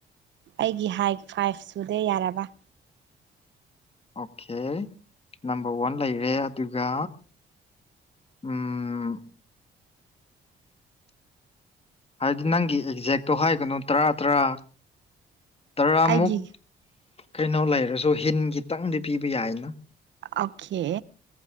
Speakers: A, on the right; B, on the left.
A: ꯑꯩꯒꯤ ꯍꯥꯏꯠ ꯐꯥꯏꯞ ꯁꯨꯗꯦ ꯌꯥꯔꯕ
B: ꯑꯣꯛꯈꯦ ꯅꯝꯕꯔ ꯋꯥꯟ ꯂꯩꯔꯦ ꯑꯗꯨꯒ ꯎꯝ ꯍꯥꯏꯗꯤ ꯅꯪꯒꯤ ꯑꯦꯛꯖꯦꯛꯇꯣ ꯍꯥꯏꯒꯅꯨ ꯇꯔꯥ ꯇꯔꯥ ꯇꯔꯥꯃꯨꯛ
A: ꯑꯩꯒꯤ
B: ꯀꯩꯅꯣ ꯂꯩꯔꯁꯨ ꯍꯤꯟ ꯈꯤꯇꯪꯗꯤ ꯄꯤꯕ ꯌꯥꯏꯅ
A: ꯑꯣꯀꯦ